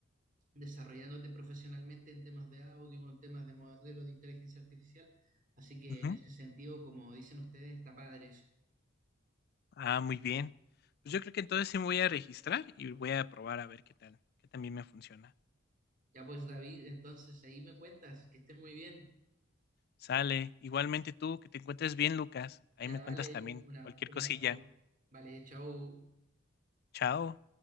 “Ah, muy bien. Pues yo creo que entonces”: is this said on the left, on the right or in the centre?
Left